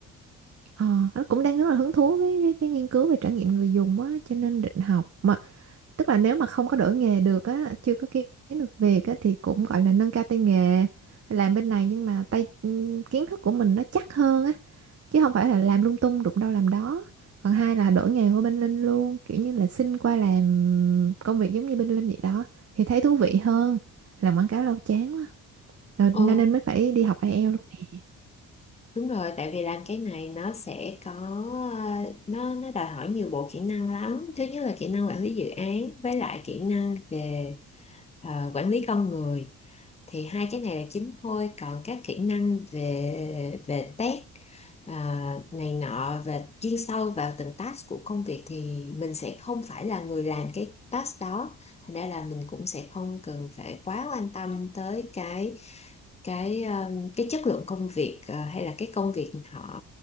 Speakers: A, on the right; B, on the left.
A: ờ, nó cũng đang rất là hứng thú với, với cái nghiên cứu về trải nghiệm người dùng á, cho nên định học mà tức là nếu mà không có đổi nghề được á, chưa có kiếm được việc á thì cũng gọi là nâng cao tay nghề làm bên này nhưng mà tay ừm, kiến thức của mình nó chắc hơn á. chứ không phải là làm lung tung đụng đâu làm đó còn hai là đổi nghề qua bên Linh luôn kiểu như là xin qua làm công việc giống như bên Linh vậy đó thì thấy thú vị hơn làm quảng cáo lâu chán quá rồi
B: Ờ,
A: nên nên mới phải đi học ai IELTS luôn nè
B: đúng rồi tại vì làm cái này nó sẽ có ờ, nó nó đòi hỏi nhiều bộ kỹ năng lắm thứ nhất là kỹ năng quản lý dự án với lại kỹ năng về ờ, quản lý con người thì hai cái này là chính thôi còn các kỹ năng về về test à, này nọ về chuyên sâu vào từng task của công việc thì mình sẽ không phải là người làm cái task đó thành ra là mình cũng sẽ không cần phải quá quan tâm tới cái cái um, cái chất lượng công việc ờ, hay là cái công việc họ